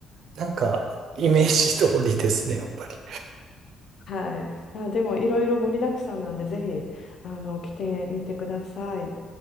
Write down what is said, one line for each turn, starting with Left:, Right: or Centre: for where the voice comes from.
Right: なんか、イメージ通りですね、やっぱり。
Left: はい、まあ、でもいろいろ盛りだくさんなんでぜひあの来てみてください。